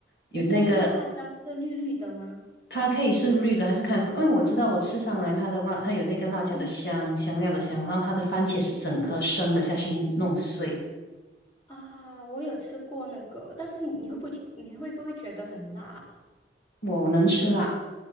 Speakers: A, on the left; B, on the left.
A: 有那个
B: 你说那个辣椒是绿绿的吗？
A: 它可以是绿的还是看，因为我知道我吃上来它的辣，它有那个辣椒的香，
B: 嗯
A: 香料的香，然后它的番茄是整颗生的下去弄碎，
B: 嗯啊，我有吃过那个，但是你会不会你会不会觉得很辣啊
A: 我能吃辣。